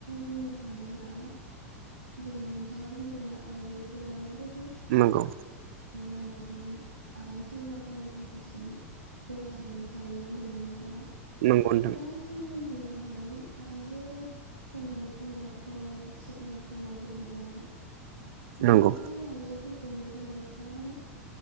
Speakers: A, on the right; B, on the right.
A: बुंनो थाङोब्ला जेन नोंथाङा बुंदोंना आइजोफोरा माबायदि
B: नंगौ
A: लामाजों आगान सुरोबा गावनि थांखिसिम जौगाहैनो हायो होन्दोंना नोंथाङा
B: नंगौ नोंथां
A: दा जोङो बेवहाय आइजो होननानै बुङोबाथ' सिगां समाव जेनेबा
B: नोंथां
A: जोङो
B: नंगौ
A: फ्राय आइजोफोरखौनो जोङो इसेबां माने